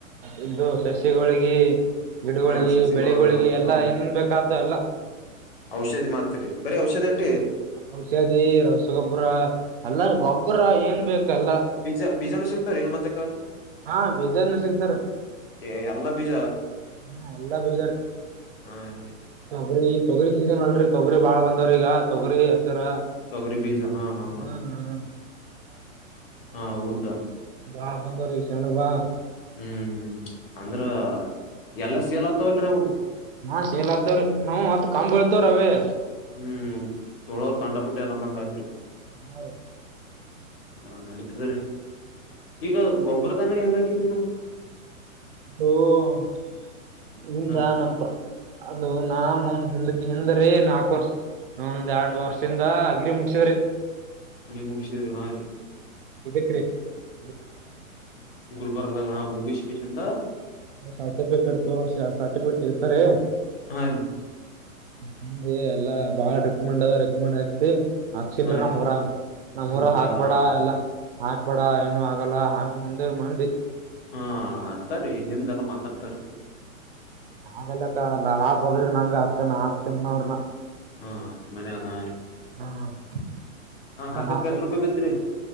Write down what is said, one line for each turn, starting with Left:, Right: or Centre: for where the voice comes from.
Right: ಇದ್ದ ಸಸ್ಯಿಗಳೊಳ್ಗಿ ಗಿಡಗಳಗಿ
Left: ಹಾ ಸಸಿಗಳು
Right: ಬೆಳಿಗಳಿಗಿ ಎಲ್ಲಾ
Left: ಹಾ
Right: ಏನನ್ ಬೇಕಾತ ಎಲ್ಲ
Left: ಔಷಧಿ ಮಾರ್ತರಿ ಬರೀ ಔಷಧಿ ಅಟ್ಟಿ
Right: ಔಷಾದಿ ರಸಗೊಬ್ಬರ ಅಲ್ಲಾರ್ ಗೊಬ್ಬರ ಏನ್ ಬೇಕ ಎಲ್ಲಾ
Left: ಬೀಜಾ ಬೀಜಾ ನ <unintelligible>
Right: ಹಾ ಬೀಜಾನ ಸಿಗ್ತಾರ
Left: ಎಲ್ಲ ಬೀಜ
Right: ಹಾ ಎಲ್ಲಾ ಬೀಜಾರಿ
Left: ಹಾ ರೀ
Right: ತೊಗರಿ ತೊಗರಿ ಸೀಸನ್ ಅಲ್ರಿ ತೊಗರಿ ಬಾಳ ಬಂದವ್ರ ಈಗ ತೊಗರಿ ಹೆಸರ
Left: ತೊಗರಿ ಬೀಜ ಹಾ ಹಾ ಹಾ
Right: ಹ ಹ
Left: ಹಾ ಹೌದು
Right: ಬಾ ಬಂದವ್ರೀ <unintelligible>
Left: ಹ್ಮ್ ಹ್ಮ್ ಅಂದ್ರ ಎಲ್ಲಾ ಸೀಲ್ತವಲ್ರೀ ಅವು
Right: ಹಾ ಸೇಲ್ ಹತಾವ್ರಿ ನಾವ್ ಮತ್ ಕಾಂ ಬಿಳ್ತ್ವರೀ ಅವೇ
Left: ಹ್ಮ್ ತೋಳೋರ್ ಕಂಡಪಟ್ಟ <unintelligible>
Right: ಹಾ ರೀ
Left: ಹ ನಡೀತದ್ರೀ ಈಗ ಗೊಬ್ಬರದ ಅಂಗಡಿ ಹೆಂಗ್ ಹಾಕಿರಿ ನೀವು
Right: <unintelligible> ಹಿಂದ
Left: ಹಾ
Right: ನಪ ಅದು ನಾ ಮಂದ್ ಹಿಂದ್ ಹಿಂದ್ರೀ ನಾಲ್ಕು ವರ್ಷ ಒಂದ್ ಎರಡ್ ವರ್ಷಿಂದ ಅಗ್ರಿ ಮುಗಿಸಿದ್ರಿ
Left: <unintelligible> ಹಾ ರೀ
Right: <inaudible>
Left: ಗುಲ್ಬರ್ದ ಹ <unintelligible>
Right: ಸರ್ಟಿಫಿಕೆಟ್ <unintelligible> ಸರ್ಟಿಫಿಕೆಟ್ ಸಿಗತಾರಿ
Left: ಹಾ ರೀ
Right: <unintelligible> ಎಲ್ಲಾ <unintelligible> ರೆಮಂಡ ರೆಕ್ಮಂಡ್ ಹಾಕ್ಸಿ ಹಾಕ್ಸನ್ರೀ
Left: ಹಾ
Right: ನಮ್ಮ್
Left: ರೀ
Right: ಊರ ನಮ್ಮ್
Left: ನಿಮ್
Right: ಊರಗ್
Left: ಊರಾಗ
Right: ಹಾಕ್ಬೇಡ
Left: ಹಾ
Right: ಎಲ್ಲಾ ಹಾಕ್ಬೇಡ ಏನು ಆಗಲ್ಲ ಹಾಂಗ ಅಂದ್ರು ಮಂದಿ
Left: ಹಾ ಅಂತರಿ ಹಿಂದೆಲ್ಲಾ ಮಾತಾ <unintelligible>
Right: ಆಲ್ಲಕ್ಕಲ್ಲ ರಾಕ್ದ್ರ ನಂಗ ಅತ್ತನ ಆಗ್ತನ ಅವ್ರನ
Left: ಹಾ ಮನೆ <unintelligible>
Right: ಹಾ ಹಾಕ್ಬೇಕ
Left: ರೂಪಾಯಿ ಬಿತ್ರಿ